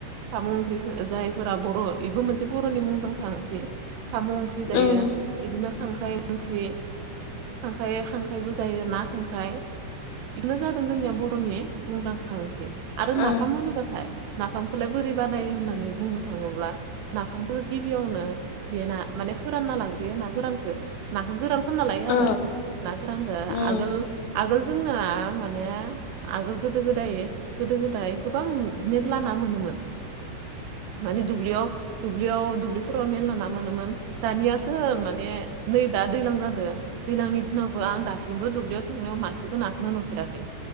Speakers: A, on the right (about 75°); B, on the left (about 80°).
A: समु ओंख्रिफो ओ जायफोरा बर' इबो मोनसे बर'नि मुंदां ओंख्रि सामु ओंख्रि जायो
B: ओम ओम
A: इदिनो खांख्राइ ओंख्रि खांख्राइ खांख्राइबो जायो ना खांख्राइ इफोनो जादों जोंनिया बर'नि मुंदांखा ओंख्रि आरो
B: औ
A: नाफाम होनोबाथाय नाफामखोलाय बोरै बानायो होननानै बुंनो थाङोब्ला नाफामखो गिबियावनो देना माने फोरानना लाग्रोयो ना गोरानखो नाखो गोरान खामना लायो आरो
B: ओम
A: ना गोरानखो
B: ओम
A: आगोल आगोल जोंना माने आगोल गोदो गोदायो गोदो गोदाय गोबां मेरला नाम मोनोमोन। माने दुब्लियाव दुब्लियाव दुब्लिफोराव मेरला ना मोनोमोन। दानियासो माने नै दा दैलां जादो दैलांनि दिनावबो आं दासिमबो दुब्लियाव थांनायाव मासेबो नाखोनो नुफेराखै।